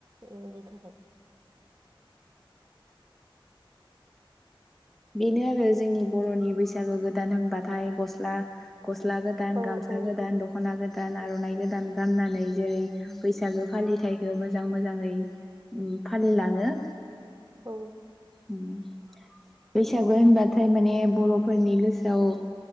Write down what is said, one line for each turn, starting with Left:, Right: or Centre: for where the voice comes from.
Right: इयुननि थाखाय
Centre: बेनो आरो जोंनि बर'नि बैसागो गोदान होनबाथाय गस्ला गस्ला गोदान
Right: औ
Centre: गामसा
Right: औ
Centre: गोदान दखना गोदान आरनाइ गोदान। गाननानै जेरै बैसागो फालिथायखो मोजां मोजाङै फालिलाङो
Right: औ।
Centre: उम बैसागु होनबाथाय माने बरफोरनि गोसोआव